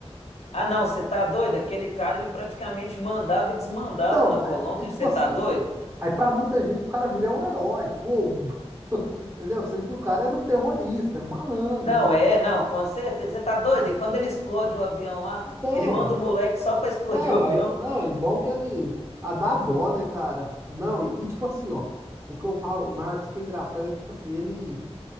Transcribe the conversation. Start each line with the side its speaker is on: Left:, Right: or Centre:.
Left: Ah, não, você tá doido? Aquele cara, ele praticamente mandava e desmandava
Right: Então,
Left: na Colômbia.
Right: é, é é tipo
Left: Você
Right: assim,
Left: tá doido?
Right: aí pra muita gente o cara vira um herói, pô, <laughs> entendeu? Sendo que o cara era um terrorista, era um malandro,
Left: Não,
Right: né?
Left: é, não, com certeza. Você tá doido? E quando ele explode o avião lá,
Right: Então,
Left: ele manda o moleque só pra explodir
Right: Não,
Left: o avião?
Right: vai. Não, e bom que ele. A dá dó, né, cara? Não, e, e tipo assim, ó. O que eu falo, o Narcos que é engraçado é que, tipo assim, ele.